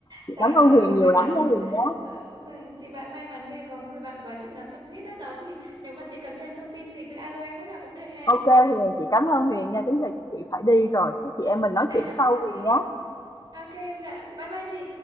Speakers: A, on the left; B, on the right.
A: chị
B: đó
A: cảm ơn
B: trời
A: Huyền
B: ơi có
A: nhiều
B: người bạn
A: lắm nha Huyền nhé
B: ờ, vâng chị bạn may mắn ghê có người bạn quá chừng là tâm huyết đó đó thì nếu mà chị cần thêm thông tin gì cứ alo em lúc nào cũng được hả
A: OK Huyền, chị cảm ơn Huyền
B: Ừ.
A: nha, đến giờ chắc chị phải đi rồi. Các chị em mình nói chuyện
B: à
A: sau Huyền
B: ok
A: nhé.
B: ok dạ bye bye chị